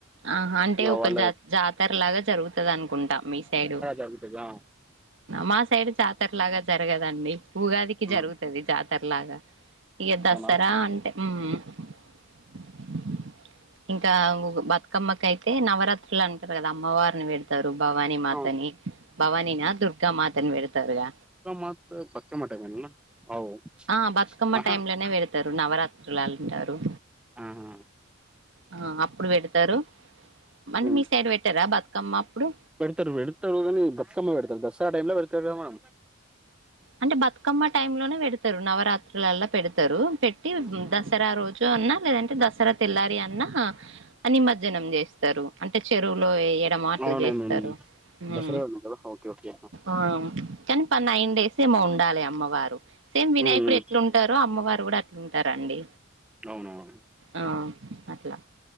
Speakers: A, on the right; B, in the centre.
A: ఆ హ అంటే
B: ఇక
A: ఒక
B: వాళ్ళ
A: జా జాతర లాగా జరుగుతుంది అనుకుంటాం మీ సైడు
B: ఆది కాద
A: మా సైడ్ జాతర లాగా జరగదండి ఉగాదికి
B: ఉమ్,
A: జరుగుతది జాతర లాగా ఇక దసరా
B: అవునా
A: అంటే హ్మ్ఇంకా బ అమ్మకైతే నవరాత్రులు అంటారు కదా అమ్మవారిని పెడతారు భవానీ మాతని
B: అవును
A: భవానీ నా దుర్ దుర్గ మాతను పెడుతారుగా
B: పక మత్ పక్కా మడానేనా అవు
A: ఆ బతుకమ్మ
B: ఆహా
A: టైం లోనే వెడతారు నవరాత్రులు అంటారు
B: ఆ హా
A: అ అప్పుడు పెడతారు అంటే
B: ఉమ్.
A: మీ సైడ్ పెట్టారా బతుకమ్మ అప్పుడు
B: పెడతారు కానీ బతుకమ్మ పెడతారు దసరా టైంలోలా పెళ్తా మనం
A: అంటే బతుకమ్మ టైమ్ లోనే పెడతారు నవరాత్రులలా పెడతారు పెట్టి
B: ఉమ్,
A: దసరా రోజు జో అన్నా లేదంటే దసరా తెల్లారి అన్నా హ నిమర్జనం చేస్ తరు అంటే చెరువులో వేయడమా అట్లా
B: అవునవును
A: చేస్తారు ఉ
B: దసరా ఉంది కదా ఓకే ఓకే
A: ఆ కని పర్ నైన్ డేస్ సేమ ఉండాలి అమ్మవారు సేమ్ వినాయకుడు
B: ఉమ్,
A: ఎట్లు ఉంటారు అమ్మవారు కూడా అట్లుంటారు అండి
B: అవును అవును
A: ఆ అట్లా